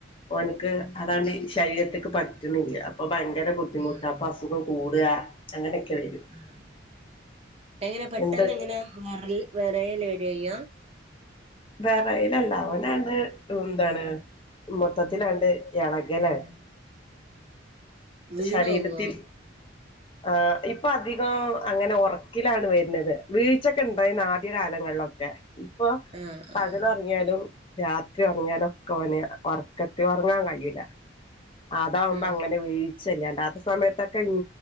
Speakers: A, on the left; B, on the right.
A: ഓനക്ക് അതാണ്ട് ശരീരത്തേക്ക് പ റ്റണില്ല അപ്പൊ ഭയങ്കര ബുദ്ധിമുട്ട
B: ആഹ്
A: അപ്പൊ അസുഖം കൂടുക അങ്ങനെയ കെ വരും
B: ആഹ് എങ്ങനെ പെട്ടെന്നെങ്ങനെ
A: എന്ത്
B: വെറൽ വെറയല് വ ചെയ്യ
A: വറെയിലല്ല അവനാണ്ട് എന്താണ് മൊത്തത്തിലാണ്ട് ഇളകലാണ്
B: വീണോവോ
A: ശരീരത്തിൽ ആ ഇപ്പൊ അധികം അങ്ങനെ ഉറക്കിലാണ് വരുന്നത് വീഴ്ചൊക്കെ ഉണ്ടായിന്ന ആദ്യ കാലങ്ങളിലൊക്കെ ഇപ്പൊ
B: ആഹ്
A: പകല്
B: ആഹ്
A: ഉറങ്ങിയാലും രാത്രി ഉറങ്ങിയാലൊക്കെ ഓന് ഉറക്കത്തിൽ ഉറങ്ങാൻ കഴിയില അതാവകുമ്പോ
B: ആഹ്
A: അങ്ങനെ വേ അല്ലാത്ത സമയത്തൊക്കെ